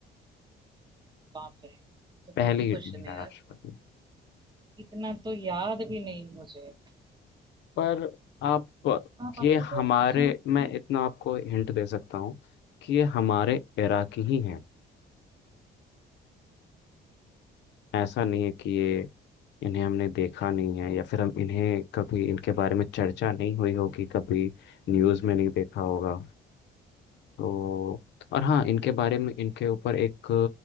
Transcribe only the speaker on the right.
बाप रे तो
ट्रिकी क्वेश्चन
है यार
इतना तो याद भी नहीं मुझे
हाँ पापा
ये
तो रिसेंट
है